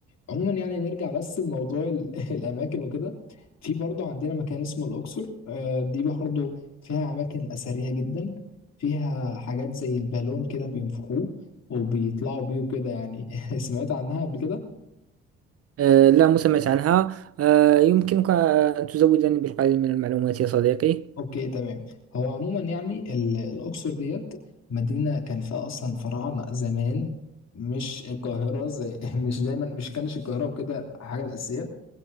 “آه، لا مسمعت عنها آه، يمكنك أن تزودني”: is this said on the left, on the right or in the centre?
Right